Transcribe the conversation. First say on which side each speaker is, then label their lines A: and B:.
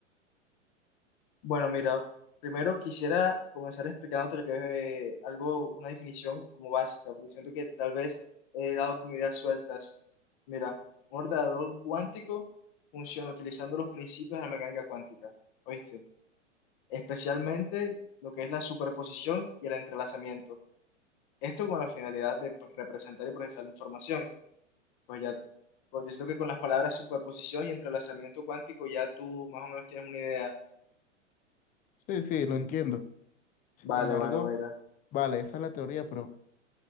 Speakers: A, on the left; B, on the left.
A: Bueno, mira, primero quisiera comenzar explicándote lo que es eh, algo, una definición como básica, porque siento que tal vez he dado como ideas sueltas. Mira, un ordenador cuántico funciona utilizando los principios de la mecánica cuántica, ¿oíste? Especialmente lo que es la superposición y el entrelazamiento. Esto con la finalidad de pues, representar y procesar la información. Pues ya, pues yo siento que con las palabras superposición y entrelazamiento cuántico ya tú más o menos tienes una idea.
B: Sí, sí, lo entiendo. Sin
A: Vale,
B: embargo,
A: bueno, mira.
B: vale, esa es la teoría, pero